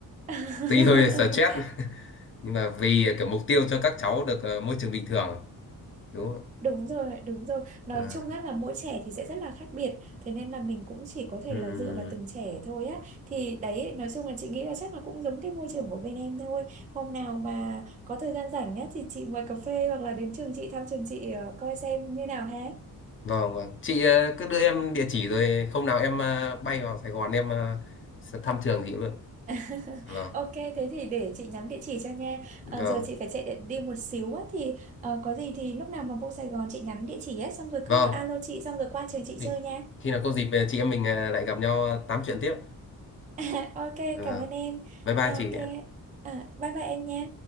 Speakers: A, on the right; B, on the left.
A: <laughs>
B: Tuy hơi stress nhưng mà vì kiểu mục tiêu cho các cháu được ờ, môi trường bình thường đúng không?
A: đúng rồi đúng rồi nói
B: ạ?
A: chung á là mỗi trẻ thì sẽ rất là khác biệt thế nên là mình cũng chỉ có thể
B: Ừ.
A: là
B: Ừm,
A: dựa vào từng trẻ thôi á thì đấy nói chung là chị nghĩ là chắc là cũng giống cái môi trường của bên em thôi hôm nào mà có thời gian rảnh á thì chị mời cà phê hoặc là đến trường chị thăm trường chị ờ, coi xem như nào ha
B: Vâng vâng. Chị ờ, cứ đưa em địa chỉ rồi hôm nào em ờ, bay vào Sài Gòn em ờ, sẽ thăm trường chị luôn.
A: <laughs>
B: Vâng.
A: Ok, thế thì để chị nhắn địa chỉ cho nha.
B: Vâng.
A: Ờ, giờ chị phải chạy để đi một xíu á thì ờ, có gì thì lúc nào mà vô Sài Gòn chị nhắn địa chỉ á xong rồi
B: Vâng,
A: cứ alo chị xong rồi qua trường chị
B: khi
A: chơi nha.
B: khi nào có dịp chị em mình à, lại gặp nhau à, tám chuyện tiếp.
A: <laughs> Ok,
B: Vâng.
A: cảm ơn em.
B: Bye
A: Ờ,
B: bye
A: Ok,
B: chị.
A: à, bye bye em nha.